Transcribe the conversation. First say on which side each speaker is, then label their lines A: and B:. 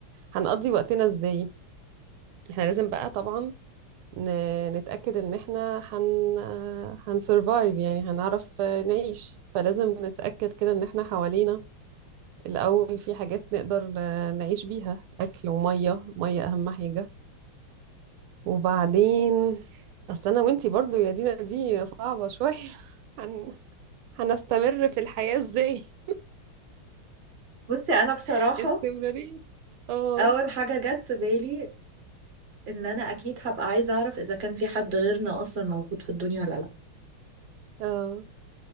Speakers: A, on the right; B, on the right.
A: هنقضي وقتنا ازاي احنا لازم بقى طبعا ن- نتأكد إن إحنا هن هنسرفايف يعني هنعرف نعيش فلازم نتأكد كده إن إحنا حوالينا الأول في حاجات نقدر نعيش بيها أكل ومية مية أهم حاجة وبعدين أصل أنا وإنتي برضو يا دينا دي صعبة شوية <laughs> هن... هنستمر في الحياة إزاي
B: بصي انا بصراحة
A: <laughs> استمرارية اه
B: اول حاجة جت في بالي ان انا اكيد هبقى عايزة اعرف اذا كان في حد غيرنا اصلا موجود في الدنيا ولا لا
A: اه